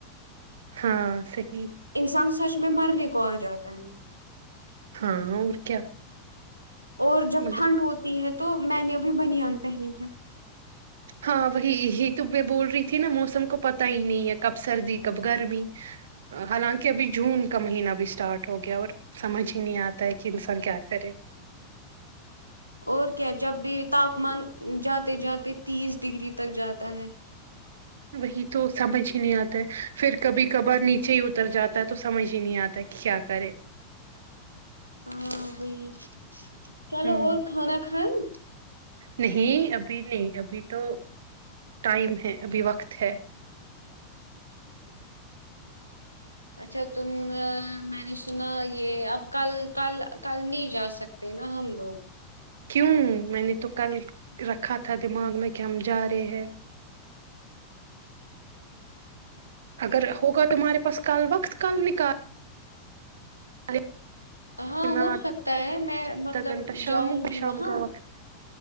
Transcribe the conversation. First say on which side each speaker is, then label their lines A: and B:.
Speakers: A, on the right (about 60°); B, on the right (about 85°).
A: ہاں سیک
B: انسان سچ اس میں مرنے کو آ جاتا ہے
A: ہاں اور کیا
B: اور جب
A: مگر
B: ٹھنڈ ہوتی ہے تو میں نے ابھی بنان پہنی ہے
A: ہاں وہی یہی تو میں بول رہی تھی نا موسم کو پتا ہی نہیں ہے کب سردی کب گرمی حالانکہ ابھی جون کا مہینہ بھی اسٹارٹ ہو گیا اور سمجھ ہی نہیں آتا ہے کہ انسان کیا کرے
B: اور کیا جب بھی تاپمان جاتے جاتے تیس ڈگری تک جاتا ہے
A: وہی تو سمجھ ہی نہیں آتا ہے پھر کبھی کبھار نیچے ہی اتر جاتا ہے تو سمجھ ہی نہیں آتا کہ کیا کرے
B: ہاں وہی ج <unintelligible> <inaudible> چلو
A: ہوں
B: اور کھانا کائیں
A: نہیں ابھی نہیں ابھی تو ٹائم ہے ابھی وقت ہے
B: اچھا تم میں نے سنا یہ اب کل کل کل نہیں جا سکتے نا ہم لوگ
A: کیوں میں نے تو کل رکھا تھا دماغ میں کہ ہم جا رہے ہیں اگر ہوگا تمہارے پاس کل وقت کل نکال
B: ہاں
A: لینا،
B: ہو سکتا ہے میں
A: آدھا
B: مطلب
A: گھنٹہ شام
B: جاؤں گی
A: شام
B: وہاں
A: کا وقت